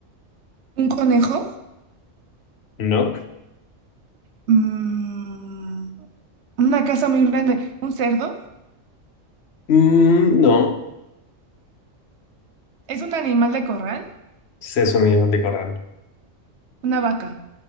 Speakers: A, on the right; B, on the left.
A: ¿un conejo?
B: No.
A: Mm, una casa muy grande. ¿Un cerdo?
B: Mm, no.
A: ¿Es un animal de corral?
B: Seso mismo de corral.
A: Una vaca.